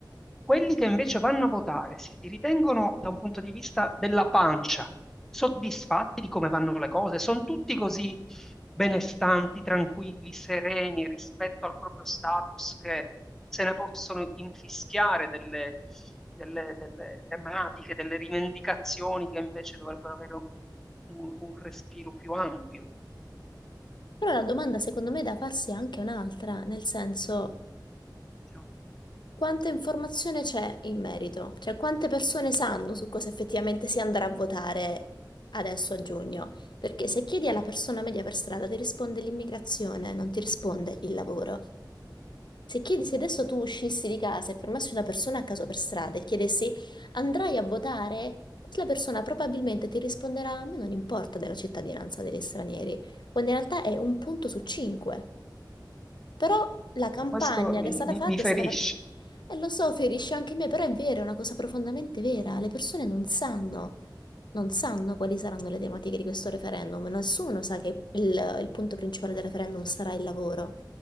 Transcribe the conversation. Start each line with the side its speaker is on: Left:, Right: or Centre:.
Centre: quelli che invece vanno a votare si ritengono da un punto di vista della pancia soddisfatti di come vanno le cose? Sono tutti così benestanti, tranquilli, sereni rispetto al proprio status che se ne possono infischiare delle, delle- delle tematiche, delle rivendicazioni che invece dovrebbero avere un, un respiro più ampio.
Left: Però la domanda secondo me da farsi è anche un'altra, nel senso
Centre: diciamo.
Left: quanta informazione c'è in merito? Cioè quante persone sanno su cosa effettivamente si andrà a votare adesso a giugno? Perché se chiedi alla persona media per strada ti risponde l'immigrazione, non ti risponde il lavoro. Se chiedi, se adesso tu uscissi di casa e fermassi una persona a caso per strada e chiedessi andrai a votare, quella persona probabilmente ti risponderà a me non importa della cittadinanza degli stranieri, quando in realtà è un punto su cinque. Però la campagna
Centre: Questo mi,
Left: che è stata
Centre: mi-
Left: fatta
Centre: mi ferisce.
Left: è stata fatta... E lo so, ferisce anche me, però è vero, è una cosa profondamente vera. Le persone non sanno, non sanno quali saranno le tematiche di questo referendum. Nessuno sa che il, il punto principale del referendum sarà il lavoro.